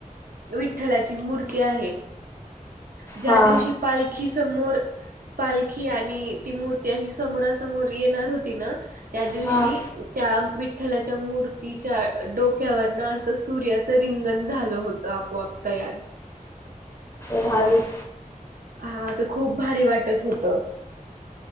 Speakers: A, on the right; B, on the left.
A: विठ्ठलाची मूर्ती आहे ज्या
B: हा
A: दिवशी पालखी समोर पालखी आणि ती मूर्ती अशी समोरासमोर येणार होती ना त्या दिवशी
B: हा
A: त्या विठ्ठलाच्या मूर्तीच्या डोक्यावर न सूर्याचं रिंगण झालं होतं आपोआप तयार
B: भारच
A: हा तर खूप भारी वाटत होतं